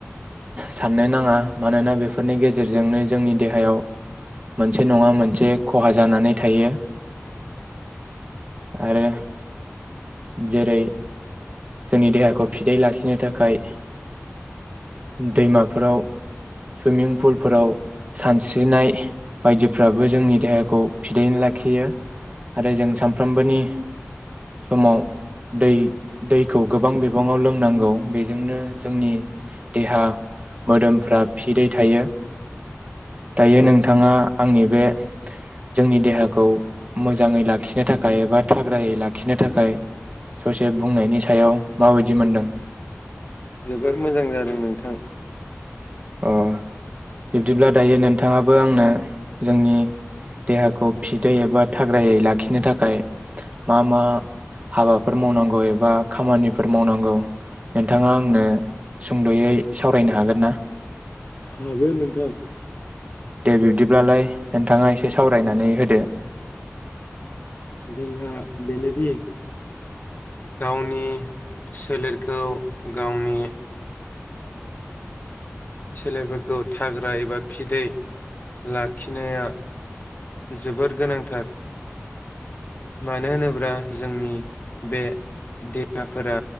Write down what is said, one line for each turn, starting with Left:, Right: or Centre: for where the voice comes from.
Right: साननो नाङा मानोना बेफोरनि गेजेरजोंनो जोंनि देहायाव मोनसे नङा मोनसे खहा जानानै थायो आरो। जेरै जोंनि देहाखौ फिदै लाखिनो थाखाय दैमाफोराव सुइमिं फुलफोराव सानस्रिनाय बायदिफ्राबो जोंनि देहाखौ फिदै लाखियो आरो जों सानफ्रोमबोनि समाव दै दैखौ गोबां बिबाङाव लोंनांगौ बेजोंनो जोंनि देहा मोदोमफ्रा फिदै थायो दायो
Left: औ
Right: नोंथाङा आंनि बे जोंनि देहाखौ मोजाङै लाखिनो थाखाय एबा थाग्रायै लाखिनो थाखाय ससे बुंनायनि सायाव माबायदि मोनदों
Left: जोबोर मोजां जादों नोंथां।
Right: अ बिब्दिब्ला दायो नोंथाङाबो आंनो जोंनि देहाखौ फिटै एबा थाग्रायै लाखिनो थाखाय मा मा हाबाफोर मावनांगौ एबा खामानिफोर मावनांगौ नोंथाङा आंनो सुंद'यै सावरायनो हागोन ना।
Left: हागोन नोंथां।
Right: दे बिब्दिब्लालाय नोंथाङा एसे सावरायनानै होदो।
Left: जोंहा बेनोदि गावनि सोलेरखौ गावनि सोलेरफोरखौ थाग्रा एबा फिदै लाखिनाया जोबोर गोनांथार मानो होनोब्ला जोंनि बे देहाफोरा